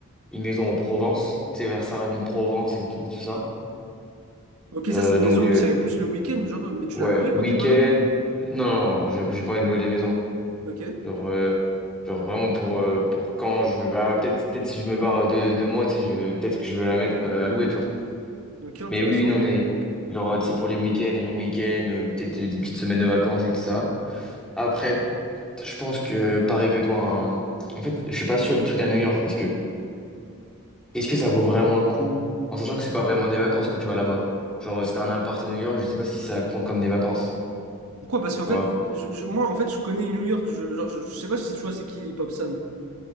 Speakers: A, in the centre; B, on the right.
A: une maison en Provence, tu sais, vers Saint-Rémy de Provence et tout, et tout ça.
B: Ok,
A: Euh,
B: ça, c'est une
A: donc,
B: maison où
A: euh,
B: tu irais plus le week-end, genre, mais tu
A: ouais,
B: la louerais
A: week-end,
B: quand t'es pas là?
A: euh, non, non, j'ai j'ai pas envie de louer les maisons.
B: Ok,
A: Genre, euh, genre vraiment pour, euh, pour quand je veux, bah, peut-être peut-être si je me barre de, de moi, tu sais, je- peut-être que je veux la mettre euh, à louer, tu vois.
B: ok, intéressant.
A: Mais oui, oui, non, mais genre, euh, tu sais, pour les week-ends, les longs week-ends, euh, peut-être des petites semaines de vacances et tout ça. Après, je pense que, pareil que toi, un- en fait, je suis pas sûr du truc à New York parce que est-ce que ça vaut vraiment le coup en sachant que c'est pas vraiment des vacances quand tu vas là-bas? Genre, si t'as un appart à New York, je sais pas si ça compte comme des vacances,
B: Pourquoi? Parce qu'en
A: tu
B: fait,
A: vois?
B: je, je- moi, en fait, je connais New York. Je, genre, je, je sais pas si tu vois, c'est qui Popsan.